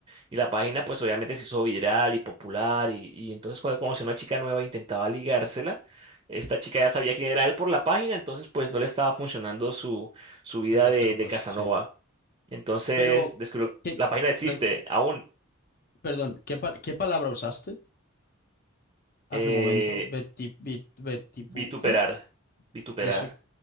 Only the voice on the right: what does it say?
Y la página, pues obviamente se hizo viral y popular. Y, y entonces, cuando conoció una chica nueva, e intentaba ligársela. Esta chica ya sabía quién era él por la página, entonces, pues no le estaba funcionando su, su vida
de,
de Casanova.
Entonces,
descubrió,
la página existe
aún.
eh,
vituperar.
Vituperar.